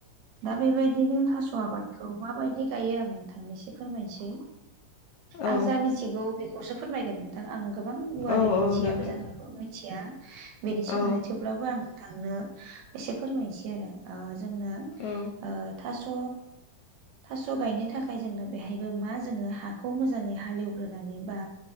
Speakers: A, on the right (about 75°); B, on the left (about 75°).
A: दा बेबायदिनो थास' आबादखौ माबायदि गायो आं नोंथांनो इसो फोरमायनोसै।
B: औ
A: आं जा मिथिगौ बेखौसो फोरमायगोन नोंथां आं गोबां गुवारै
B: औ
A: मिथियाबो
B: औ नोंथां
A: जानो हागौ मिथिया बेनि सोमोन्दै
B: औ
A: थेवब्लाबो आं नोंथांनो एसे फोरमायनोसै आरो ओ जोंनो
B: औ
A: ओ थास' थास' गायनो थाखाय जोंनो बेहायबो मा जोङो हाखौ मोजाङै हालेवग्रोनानै बा